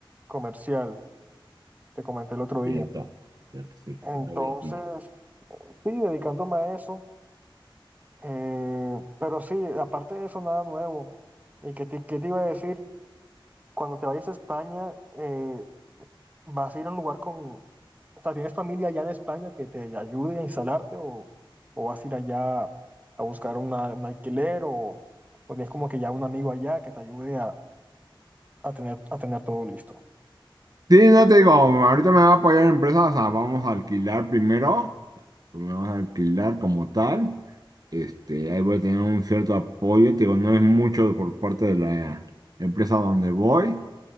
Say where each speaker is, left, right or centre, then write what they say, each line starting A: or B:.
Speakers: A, on the right (about 15°); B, on the right (about 45°).
A: comercial, te comenté el otro
B: Cierto,
A: día.
B: cierto, sí,
A: Entonces,
B: lo habías dicho.
A: sí, dedicándome a eso. eh, pero sí, aparte de eso, nada nuevo. ¿Y qué te, qué te iba a decir? Cuando te vayas a España, eh, vas a ir a un lugar con, o sea, ¿tienes familia allá en España que te ayude a instalarte o, o vas a ir allá a buscar una- un alquiler o, o tienes como que ya un amigo allá que te ayude a, a tener, a tener todo listo?
B: Sí, no te digo, ahorita me va a apoyar la empresa, o sea, vamos a alquilar primero, vamos a alquilar como tal, este, ahí voy a tener un cierto apoyo, te digo, no es mucho por parte de la empresa donde voy,